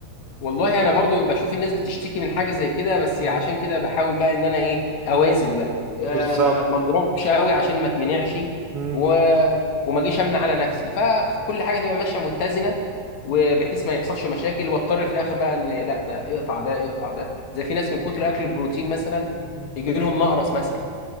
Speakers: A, on the left; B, on the right.
A: والله انا برضو بشوف الناس بتشتكي من حاجه زي كده بس
B: مم.
A: عشان كده بحاول بقى ان انا ايه اوازن بقى آه،
B: بالظبط
A: ما ما اضربش قوي عشان ما اتمنعش
B: مم.
A: و... وما اجيش امنع على نفسي فكل حاجه تبقى ماشيه متزنه وبحيث ما يحصلش مشاكل واضطر في الاخر بقى ان لا ده اقطع ده اقطع ده زي في ناس من كتر اكل البروتين مثلا
B: مم.
A: يجي لهم نقرس مثلا